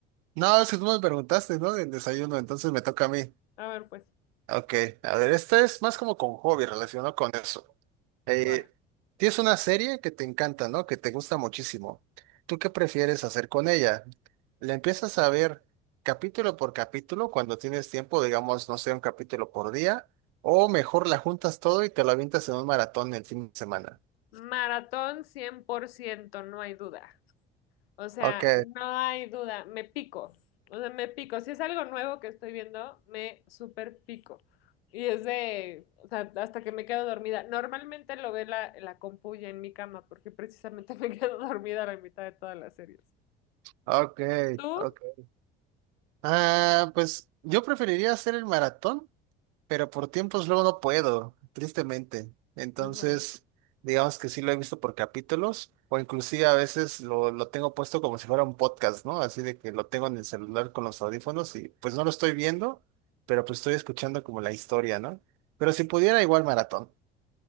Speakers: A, on the right; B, on the left.
A: No, es que tú me preguntaste, ¿no? Del desayuno, entonces me toca a mí.
B: A ver, pues,
A: Ok, a ver, esta es más como con hobby relacionado con eso. Eh,
B: va.
A: tienes una serie que te encanta, ¿no? Que te gusta muchísimo. ¿Tú qué prefieres hacer con ella? ¿La empiezas a ver capítulo por capítulo cuando tienes tiempo, digamos, no sé, un capítulo por día? ¿O mejor la juntas todo y te la avientas en un maratón el fin de semana?
B: Maratón 100% no hay duda. O sea,
A: Ok,
B: no hay duda, me pico. O sea, me pico. Si es algo nuevo que estoy viendo, me super pico. Y es de, o sea, hasta que me quedo dormida. Normalmente lo ve la, la compu ya en mi cama, porque precisamente <laughs> me quedo dormida a la mitad de todas las series.
A: ok,
B: ¿Tú?
A: ok. Ah, pues yo preferiría hacer el maratón pero por tiempos luego no puedo, tristemente. Entonces,
B: Ujú.
A: digamos que sí lo he visto por capítulos, o inclusive a veces lo, lo tengo puesto como si fuera un podcast, ¿no? Así de que lo tengo en el celular con los audífonos y pues no lo estoy viendo, pero pues estoy escuchando como la historia, ¿no? Pero si pudiera, igual maratón.